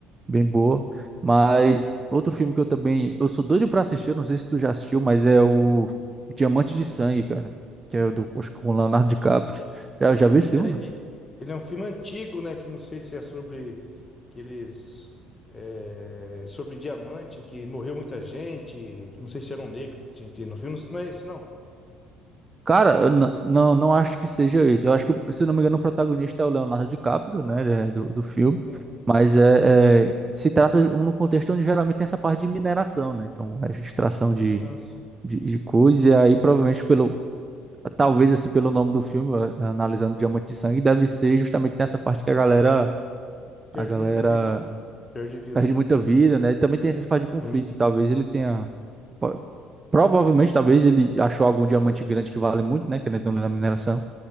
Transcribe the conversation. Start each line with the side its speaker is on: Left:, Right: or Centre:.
Right: bem boa. Mas outro filme que eu também, eu sou doido pra assistir, eu não sei se tu já assistiu, mas é o Diamante de Sangue, cara, que é o do, acho que com o Leonardo DiCaprio. Já, já vi esse
Left: É,
Right: filme, não?
Left: e- ele é um filme antigo, né? Que não sei se é sobre aqueles. é, sobre diamante, que morreu muita gente. Não sei se era um negro que tinha tinha no filme. Não é esse, não?
Right: Cara, eu n- não, não acho que seja isso. Eu acho que, o- se eu não me engano, o protagonista é o Leonardo DiCaprio, né, ele é do, do filme.
Left: Sim.
Right: Mas é, é, se trata de um no contexto onde geralmente tem essa parte de mineração, né? Então, a extração de,
Left: Aham.
Right: de, de coisa, e aí
Left: De diamante.
Right: provavelmente pelo, talvez assim pelo nome do filme, a- analisando Diamante de Sangue, deve ser justamente nessa parte que a galera,
Left: Perde
Right: a galera
Left: muita vida. Perde vida.
Right: perde muita vida, né? E também tem essas partes de conflito,
Left: Sim.
Right: e talvez ele tenha, po- provavelmente, talvez ele achou algum diamante grande que vale muito, né? Que ele tem na mineração.